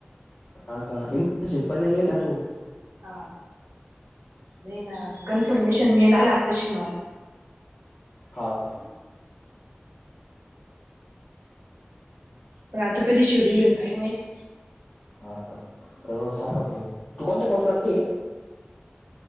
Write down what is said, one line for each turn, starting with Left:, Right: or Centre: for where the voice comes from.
Left: काका इंटनशिप पणणे घेईल ना तू
Right: हा नाही ना कन्फर्मेशन मिल आला तशी म
Left: हा का
Right: पण आता कधी शोडू घेऊन काय माहिती
Left: हा करून टाका म तू कोणता कोर्स करते